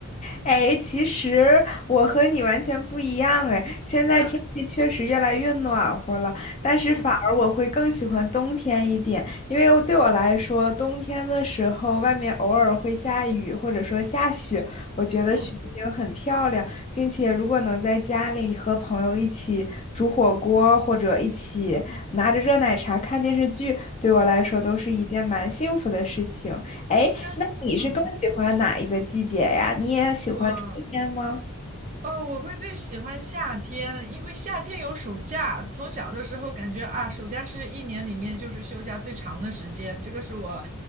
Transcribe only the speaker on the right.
啊，
嗯
嗯，
但嗯，
我。哦，我会最喜欢夏天，因为夏天有暑假。从小的时候感觉啊，暑假是一年里面就是休假最长的时间，这个是我